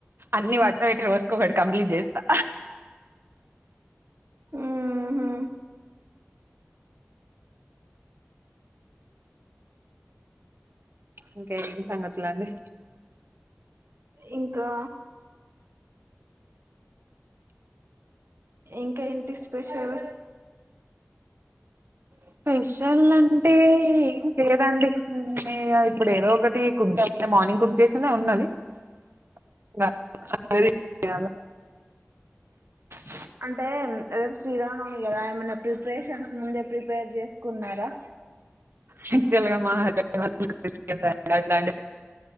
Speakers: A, on the right; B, on the right.
A: అన్ని వరస పెట్టి రోజుకొకటి కంప్లీట్ చేస్తా
B: ఊహు
A: ఇంకేం సంగతులండి
B: ఇంకా ఇంకేంటి స్పెషల్
A: స్పెషల్ అంటే ఏం లేదండి నేనే ఇగ ఇప్పుడు ఏదో ఒకటి కుక్ చే <unintelligible> మార్నింగ్ కుక్ చేసిందే ఉన్నది <unintelligible>
B: స అంటే రేపు శ్రీరామనవమి కదా ఏమైనా ప్రిపరేషన్స్ ముందే ప్రిపేర్ చేసుకున్నారా
A: యాక్చువల్గా మా హస్బెండ్ వాళ్ళు